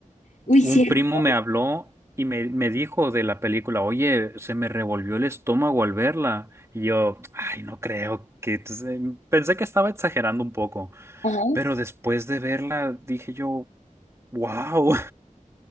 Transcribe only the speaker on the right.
un
primo me habló y me, me dijo de la película, oye, se me revolvió el estómago al verla. Y yo, ay, no creo que... entonces, mm, Pensé que estaba exagerando un poco,
pero después de verla dije yo, wow,